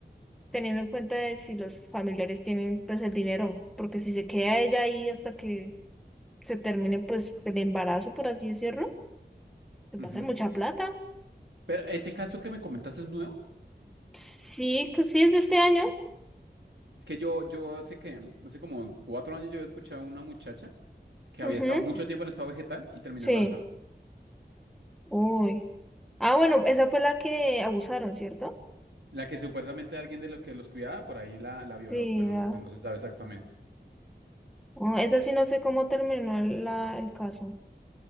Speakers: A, in the centre; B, on the right.
A: teniendo en cuenta de si los familiares tienen pues el dinero, porque si se queda ella ahí hasta que se termine pues el embarazo, por así decirlo, pues
B: ujú.
A: va a ser mucha plata.
B: Pero ese caso que me comentaste es nuevo,
A: Sí, que sí es de este año.
B: es que yo, yo hace que, hace como cuatro años yo había escuchado a una muchacha que había
A: Ujú,
B: estado mucho tiempo en estado vegetal y terminó
A: Sí.
B: embarazada.
A: Uy. Ah, bueno, esa fue la que abusaron, ¿cierto?
B: La que supuestamente alguien de los que los cuidaba por ahí la, la violó,
A: Sí,
B: pero
A: la...
B: no- pues no se sabe exactamente.
A: oh, esa sí no sé cómo terminó el, la, el caso.